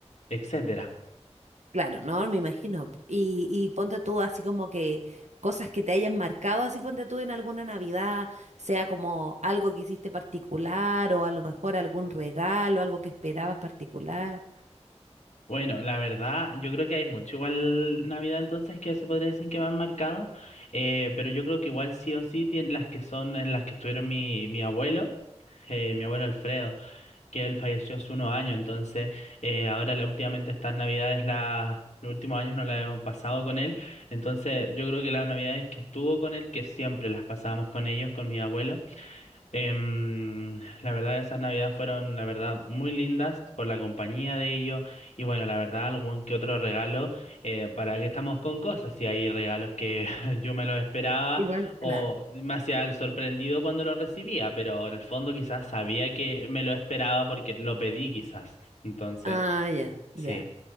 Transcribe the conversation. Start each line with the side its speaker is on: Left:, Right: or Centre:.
Left: etcétera.
Right: Claro, no, me imagino. Y, y ponte tú así como que cosas que te hayan marcado, así ponte tú en alguna Navidad, sea como algo que hiciste particular o a lo mejor algún regalo, algo que esperabas particular.
Left: Bueno, la verdad, yo creo que hay mucho igual Navidad entonces que se podría decir que me han marcado, eh, pero yo creo que igual sí o sí tien- las que son en las que estuvieron mi, mi abuelo, eh, mi abuelo Alfredo, que él falleció hace unos años, entonces eh, ahora la, últimamente estas Navidades, la, los últimos años no la he pasado con él, entonces yo creo que las Navidades que estuvo con él, que siempre las pasábamos con ellos, con mi abuelo. Em, la verdad, esas navidades fueron, la verdad, muy lindas por la compañía de ellos y bueno, la verdad, algún que otro regalo, eh, para que estamos con cosas, si hay regalos que <laughs> yo me los esperaba
Right: Igual,
Left: o
Right: Claro.
Left: me hacía el sorprendido cuando lo recibía, pero en el fondo quizás sabía que me lo esperaba porque lo pedí quizás. Entonces,
Right: Ah, ya, ya,
Left: sí.